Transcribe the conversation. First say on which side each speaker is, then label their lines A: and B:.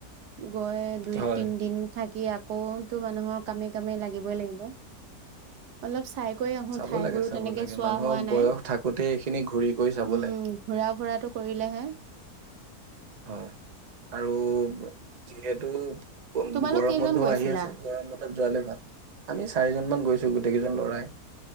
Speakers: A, on the right; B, on the right.
A: গৈ দুই
B: হয়।
A: তিনদিন থাক কি আকৌতো মানুহৰ কামে- কামে লাগি ব লাগিব, অলপ চাই কৰি আহো
B: চাব
A: ঠাই
B: লাগে,
A: বোৰো
B: চাব
A: তেনেকে
B: লাগে।
A: চোৱা
B: মানুহৰ
A: হোৱা নাই,
B: বয়স থাকোতে এইখিনি ঘূৰি কৰি চাব
A: উম
B: লাগে।
A: ঘূৰা ফুৰাটো কৰিলেহে
B: হয়। আৰু, যিহেতু উম,
A: তোমালোক
B: গৰম
A: কেইজন
B: বন্ধও
A: গৈছিলা
B: আহি আছে, গৰম বন্ধ তাত যোৱালৈ ভাল আমি চাৰিজনমান গৈছো গোটেইকেইজন ল'ৰা প্ৰায়